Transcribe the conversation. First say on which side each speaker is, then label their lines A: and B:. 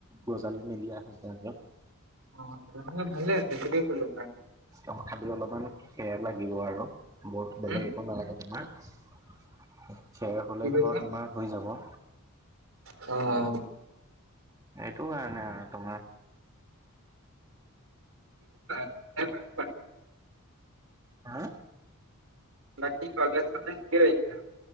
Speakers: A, on the right; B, on the right.
A: গজালি মেলি আহে তাৰ
B: অ' তেনেহ'লে ভালে আছে খেতিকে কৰিব পাৰা।
A: অ খালি অলপমান খেৰ লাগিব আৰু বৰ বেলেগ
B: উম,
A: একো নালাগে। খেৰ হ'লে
B: কি কৈছা?
A: ধৰ তোমাৰ হৈ যাব।
B: অ'
A: এইটো কাৰণে আৰু তোমাক
B: <unintelligible>
A: হা
B: বাকী কলেজ চলেজ কিয় এৰিদিলা?